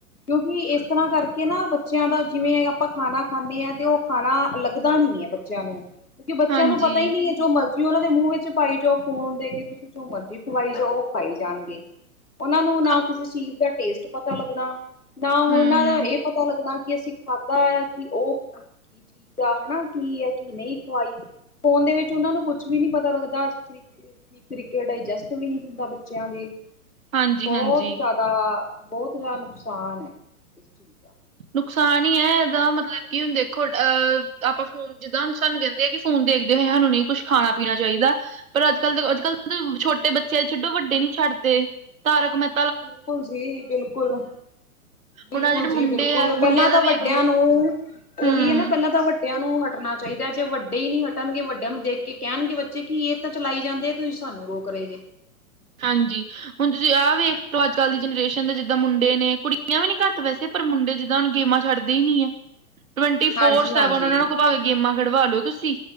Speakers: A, on the left; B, on the right.
A: ਕਿਉਂਕਿ, ਇਸ ਤਰ੍ਹਾਂ ਕਰਕੇ ਨਾ ਬੱਚਿਆਂ ਦਾ ਜਿਵੇਂ ਆਪਾਂ ਖਾਣਾ ਖਾਂਦੇ ਹਾਂ। ਤੇ ਉਹ ਖਾਣਾ ਲੱਗਦਾ ਨੀ ਹੈ। ਬੱਚਿਆਂ ਨੂੰ ਕਿਉਂਕਿ ਬੱਚਿਆਂ
B: ਹਾਂਜੀ,
A: ਨੂੰ ਪਤਾ ਹੀ ਨਹੀਂ ਹੈ। ਜੋ ਮਰਜ਼ੀ ਉਹਨਾਂ ਦੇ ਮੂੰਹ ਵਿੱਚ ਪਾਈ ਜਾਉ। ਫੂਨ ਦੇ ਕੇ ਤੁਸੀਂ ਜੋ ਮਰਜ਼ੀ ਖਵਾਈ ਜਾਓ। ਉਹ ਖਾਈ ਜਾਣਗੇ। ਉਹਨਾਂ ਨੂੰ ਨਾ
B: ਖਾ
A: ਕਿਸੇ ਚੀਜ਼ ਦਾ ਟੇਸਟ ਪਤਾ ਲੱਗਣਾ, ਨਾ ਉਹਨਾਂ
B: ਹੂੰ,
A: ਦਾ ਇਹ ਪਤਾ ਲੱਗਣਾ, ਕਿ ਅਸੀਂ ਖਾਧਾ ਹੈ। ਕਿ ਉਹ ਕੀ ਚੀਜ਼ ਆ ਹੈ। ਕੀ ਹੈ ਕੀ ਨਹੀਂ ਖਵਾਈ। ਫ਼ੋਨ ਦੇ ਵਿੱਚ ਉਹਨਾਂ ਨੂੰ ਕੁੱਛ ਵੀ ਨੀ ਪਤਾ ਲੱਗਦਾ। ਠੀਕ ਤਰੀਕੇ ਡਾਇਜੈਸਟ ਵੀ ਨਹੀਂ ਹੁੰਦਾ। ਬੱਚਿਆਂ ਦੇ
B: ਹਾਂਜੀ-ਹਾਂਜੀ।
A: ਬਹੁਤ ਜ਼ਿਆਦਾ ਦਾ ਬਹੁਤ ਜਿਆਦਾ ਨੁਕਸਾਨ ਹੈ। ਇਸ ਚੀਜ਼ ਦਾ
B: ਨੁਕਸਾਨ ਹੀ ਹੈ। ਇਹਦਾ ਮਤਲਬ ਕੀ ਹੁਣ ਦੇਖੋ ਅਹ ਆਪਾਂ ਜਿੱਦਾਂ, ਹੁਣ ਸਾਨੂੰ ਕਹਿੰਦੇ ਆ ਕਿ ਫੋਨ ਦੇਖਦੇ ਹੋਏ ਸਾਨੂੰ ਨਹੀਂ ਕੁੱਝ ਖਾਣਾ ਪੀਣਾ ਚਾਹੀਦਾ। ਪਰ, ਅੱਜ-ਕੱਲ ਅੱਜ ਕੱਲ ਛੋਟੇ ਬੱਚੇ ਛਡੋ ਵੱਡੇ ਨੀ ਛੱਡਦੇ ਤਾਰਕ ਮਹਿ
A: ਬਿਲਕੁਲ ਜੀ, ਬਿਲਕੁਲ-ਬਿਲਕੁਲ
B: ਹੁਣ ਆਹ ਜਿਹੜੇ ਮੁੰਡੇ
A: ਜੀ ਬਿਲਕੁਲ।
B: ਆ
A: ਪਹਿਲਾਂ
B: ਮੁੰਡਿਆਂ
A: ਤਾਂ
B: ਦਾ ਵੇਖ
A: ਵੱਡਿਆਂ
B: ਲੋ
A: ਨੂੰ ਉਹੀ
B: ਹੂੰ
A: ਹੈ। ਨਾ ਪਹਿਲਾਂ ਪਹਿਲਾਂ ਤਾਂ ਵੱਡਿਆਂ ਨੂੰ ਹਟਣਾ ਚਾਹੀਦਾ। ਜੇ ਵੱਡੇ ਹੀ ਨਹੀਂ ਹਟਣਗੇ। ਵੱਡਿਆਂ ਨੂੰ ਦੇਖ ਕੇ ਕਹਿਣਗੇ, ਬੱਚੇ ਕਿ ਇਹ ਤਾਂ, ਚਲਾਈ ਜਾਂਦੇ ਆ। ਤੁਸੀਂ ਸਾਨੂੰ ਰੋਕ ਰਹੇ ਜੇ
B: ਹਾਂਜੀ, ਹੁਣ ਤੁਸੀਂ ਆਹ ਵੇਖ ਲਓ ਅੱਜ ਕੱਲ੍ਹ ਦੀ ਜਨਰੇਸ਼ਨ ਦੇ ਜਿੱਦਾਂ ਮੁੰਡੇ ਨੇ ਕੁੜੀਆਂ ਵੀ ਨੀ ਘੱਟ ਵੈਸੇ। ਪਰ, ਮੁੰਡੇ ਜਿੱਦਾਂ ਹੁਣ ਗੇਮਾਂ ਛੱਡਦੇ ਹੀ ਨੀ ਹੈ ਟਵਟੀ
A: ਹਾਂਜੀ
B: ਫੋਰ ਸੈਵਨ
A: ਹਾਂਜੀ।
B: ਉਹਨਾਂ ਨੂੰ ਭਾਵੇਂ, ਗੇਮਾਂ ਖਡਵਾਲੋ ਤੁਸੀਂ